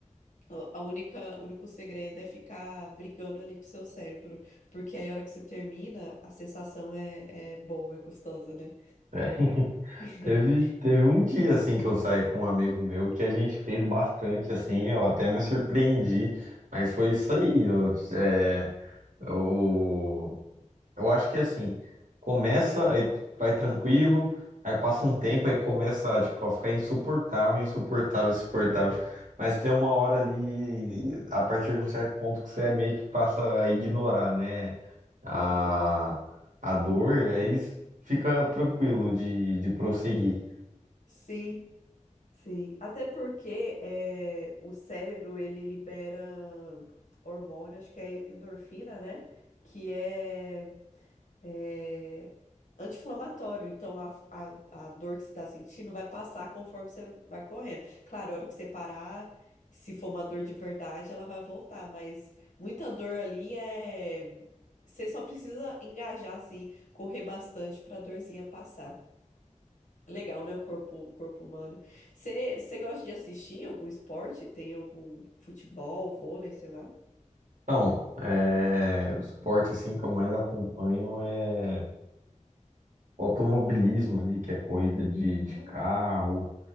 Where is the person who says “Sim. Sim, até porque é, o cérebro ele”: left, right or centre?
Left